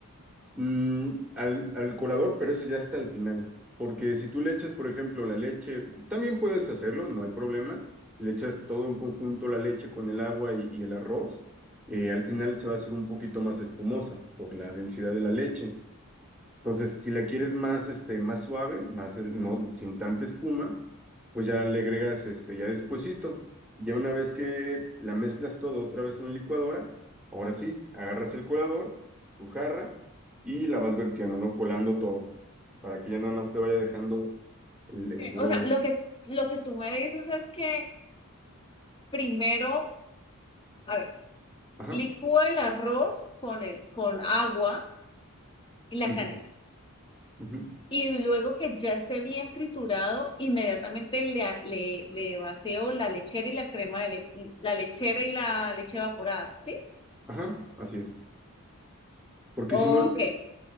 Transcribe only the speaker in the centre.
Mm, al, al colador, pero ese ya está al final, porque si tú le echas, por ejemplo, la leche, también puedes hacerlo, no hay problema. Si le echas todo en conjunto la leche con el agua y, y el arroz, eh, al final se va a hacer un poquito más espumosa por la densidad de la leche. Entonces, si la quieres más, este, más suave, más, eh, no, sin tanta espuma, pues ya le agregas, este, ya despuesito. Ya una vez que la mezclas todo otra vez en la licuadora, ahora sí, agarras el colador, tu jarra, y la vas vertiendo, ¿no? Colando todo, para que ya nada más te vaya dejando el, el
puro...
Ajá,
ujú,
ujú,
ajá, así es. Porque
si no, le-